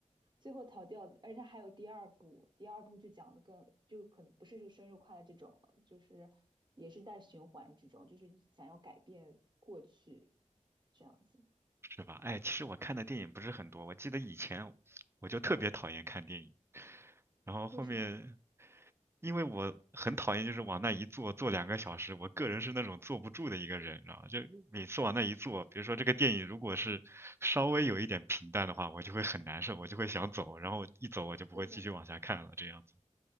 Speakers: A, on the right; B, on the right.
A: 最后逃掉。而且他还有第二部，第二部就讲的更就可能不是这个生日快乐这种了，就是也是在循环之中，就是想要改变过去这样子。
B: 是吧？哎，其实我看的电影不是很多，我记得以前我就特别讨厌看电影，然后后面
A: 为什么？
B: 因为我很讨厌就是往那一坐坐两个小时，我个人是那种坐不住的一个人，然后就每次往那一坐，比如说这个电影如果是稍微有一点平淡的话，我就会很难受，我就会想走，然后一走我就不会继续往下看了这样子。
A: 对的。